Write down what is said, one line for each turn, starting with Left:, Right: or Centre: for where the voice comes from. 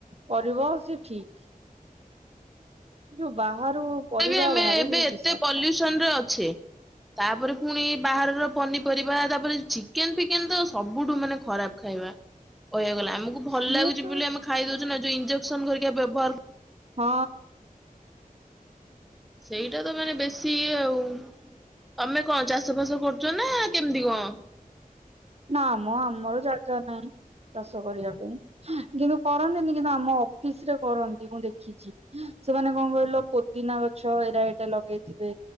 Right: କରିବ ସେ ଠିକ। ଯୋଉ ବାହାରୁ ପରିବା
Centre: ହଁ ଆମେ
Right: ଭାରି
Centre: ଏବେ ଏତେ
Right: ବିଷାକ୍ତ
Centre: ପଲ୍ୟୁସନ ରେ ଅଛେ ତାପରେ ପୁଣି ବାହାରର ପନିପରିବା ତାପରେ ଚିକେନ ଚିକେନ ତ ସବୁଠୁ ମାନେ ଖରାପ ଖାଇବା କହିବାକୁ ଗଲା। ଆମକୁ ଭଲ
Right: ସିଏ
Centre: ଲାଗୁଛି
Right: ତ
Centre: ବୋଲି ଆମେ ଖାଇ ଦଉଛୁ ନା ଯଉ ଇଞଜେକ୍ସନ ହେରିକ ବ୍ୟବହାର
Right: ହଁ।
Centre: ସେଇଟା ତ ମାନେ ବେଶୀ ଆଉ ତମେ କଣ ଚାଷ ଫାସ କରୁଛ ନା କେମିତି କଣ?
Right: ନା ମୁଁ ଆମର ଜାଗା ନାହିଁ। ଚାଷ କରିବା ପାଇଁ, କିନ୍ତୁ କରନ୍ତିନି କିନ୍ତୁ ଆମ ଅଫିସ ରେ କରନ୍ତି ମୁଁ ଦେଖିଛି। ସେମାନେ କଣ କହିଲ ପୋଦିନା ଗଛ ଏରା ଏଇଟା ଲଗେଇଥିବେ